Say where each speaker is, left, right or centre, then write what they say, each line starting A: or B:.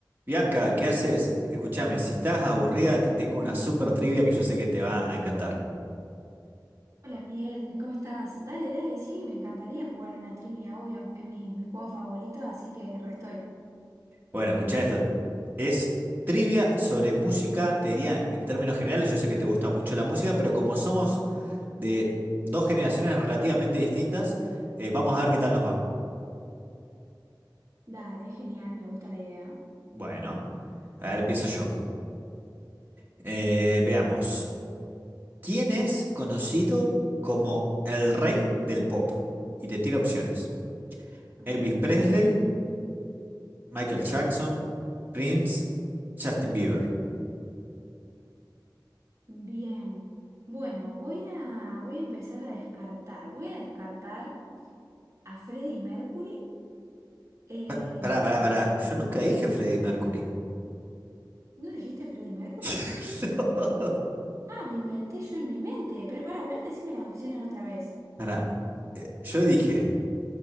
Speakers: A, on the right; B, on the right.
A: Bianca, ¿qué haces? Escúchame, si estás aburrida, te tengo una super trivia que yo sé que te va a encantar.
B: Hola Miguel, ¿cómo estás? Dale, dale, sí, me encantaría jugar una trivia, obvio. Es mi, mi juego favorito, así que re estoy.
A: Bueno, escucha esto. Es trivia sobre música, te diría en términos generales, yo sé que te gusta mucho la música, pero como somos de dos generaciones relativamente distintas, eh, vamos a ver qué tal nos va.
B: Dale, genial, me gusta la idea.
A: Bueno, a ver, empiezo yo. Eh, veamos. ¿Quién es conocido como el rey del pop? Y te tiro opciones.
B: A
A: Elvis
B: ver,
A: Presley. Michael Jackson, Prince, Justin Bieber.
B: bien. Bueno, voy a, voy a empezar a descartar. Voy a descartar a Freddie Mercury. Eh,
A: Pa- Pará, pará, pará. Yo nunca dije Freddie Mercury.
B: ¿no dijiste Freddie Mercury?
A: <laughs> No.
B: Ah, me inventé yo en mi mente, pero para ver, decime las opciones otra vez.
A: Pará. Yo dije